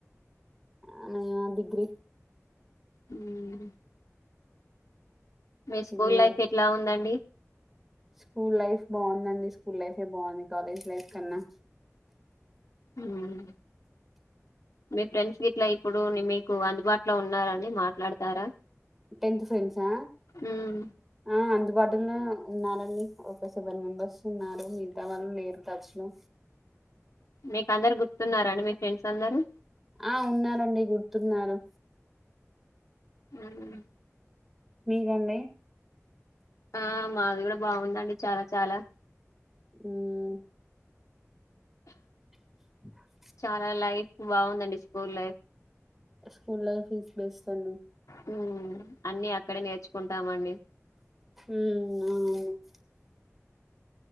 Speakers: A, in the centre; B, on the left.
A: అ నేనా డిగ్రి
B: మ్మ్ మీ
A: డిగ్రీ
B: స్కూల్
A: వరకు
B: లైఫ్ ఎట్లా ఉందండి
A: స్కూల్ లైఫ్ బాగుందండి స్కూల్ లైఫె బాగుంది కాలేజ్ లైఫ్ కన్నా
B: హ్మ్ మీ ఫ్రెండ్స్ గిట్లా ఇప్పుడు ని మి కు అందుబాటులో ఉన్నారని మాట్లాడతారా
A: టెన్త్ ఫ్రెండ్సా
B: మ్మ్.
A: అ అన్ వడ్డున ఉన్నారండి ఒక సెవెన్ మెంబెర్స్ ఉన్నారు మిగతా వాళ్ళు లేరు టచ్ లో
B: మీకు అందరు గుర్తున్నారండి మీ ఫ్రెండ్స్ అందరూ
A: ఆ ఉన్నారండి గుర్తున్నారు
B: మ్మ్
A: మీకండి
B: ఆ మాది కూడా బాగుందండి చాలా చాలా
A: మ్మ్ <inaudible>
B: చాలా లైఫ్ బాగుందండి school life
A: school life is best అండి
B: మ్మ్ అన్ని అక్కడే నేర్చుకుంటామండి
A: మ్మ్ మ్మ్ అవునా